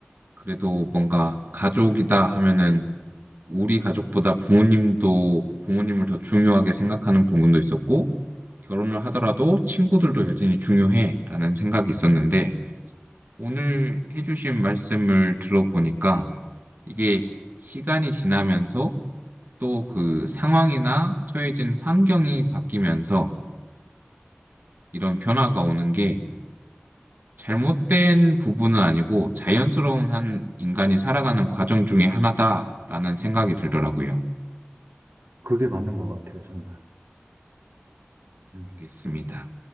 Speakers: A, on the right; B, on the right.
A: 그래도 뭔가 가족이다 하면은 우리 가족보다 부모님도 부모님을 더 중요하게 생각하는 부분도 있었고 결혼을 하더라도 친구들도 여전히 중요해라는 생각이 있었는데 오늘 해주신 말씀을 들어보니까 이게 시간이 지나면서 또 그 상황이나 처해진 환경이 바뀌면서 이런 변화가 오는 게 잘못된 부분은 아니고 자연스러운 한 인간이 살아가는 과정 중에 하나다라는 생각이 들더라고요.
B: 그게 맞는 것 같아요, 정말. 음.
A: 알겠습니다.